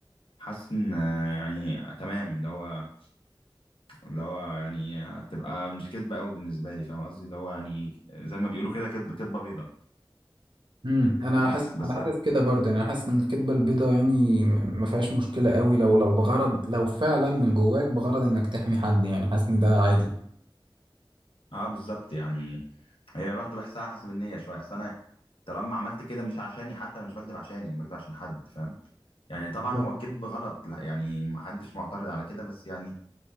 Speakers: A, on the left; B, on the right.
A: حاسس إن آه، يعني تمام اللي هو اللي هو يعني هتبقى مش كدبة أوي بالنسبة لي، فاهم قصدي؟ اللي هو يعني زي ما بيقولوا كده كدب كدبة بيضا،
B: امم انا
A: بس
B: حاسس
A: بس
B: انا حاسس كده برضه يعني انا حاسس ان الكدبه البيضاء يعني م- ما فيهاش مشكله قوي لو لو بغرض لو فعلا من جواك بغرض انك تحمي حد يعني حاسس ان ده عادي
A: اه بالظبط يعني هي برضه بحسها حسب النية شوية اصل انا طالما عملت كده مش عشاني حتى انا مش بكدب عشاني انا بكدب عشان حد فاهم يعني طبعا
B: بالظبط
A: هو الكذب غلط لا يعني ما حدش معترض على كده بس يعني